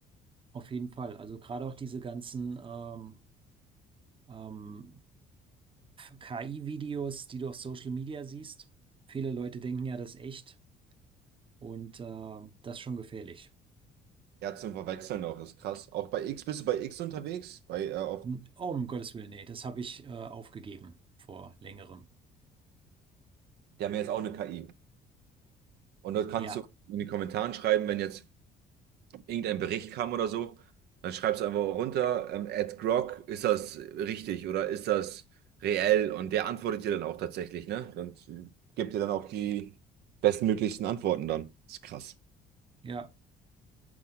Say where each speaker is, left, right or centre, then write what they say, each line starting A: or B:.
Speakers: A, on the right; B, on the right.
A: Auf jeden Fall. Also gerade auch diese ganzen ähm, ähm, KI-Videos, die du auf Social Media siehst. Viele Leute denken ja, das ist echt und äh, das ist schon gefährlich.
B: Ja, zum Verwechseln auch, ist krass. Auch bei X, bist du bei X unterwegs? Bei, äh, auf,
A: Hm, Oh, um Gottes Willen, nee, das habe ich äh, aufgegeben vor längerem.
B: die haben ja jetzt auch eine KI. Und dort kannst
A: Ja,
B: du in die Kommentaren schreiben, wenn jetzt irgendein Bericht kam oder so, dann schreibst du einfach runter, ähm, at Grok, ist das richtig oder ist das reell? Und der antwortet dir dann auch tatsächlich, ne? Und äh, gibt dir dann auch die bestmöglichsten Antworten dann. Ist krass.
A: ja.